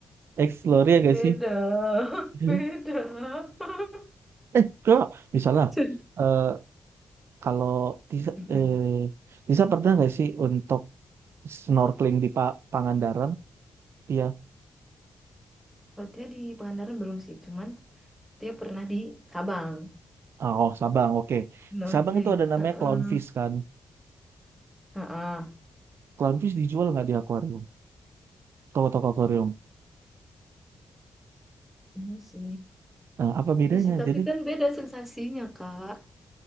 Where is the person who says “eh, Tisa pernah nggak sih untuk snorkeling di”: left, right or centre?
Right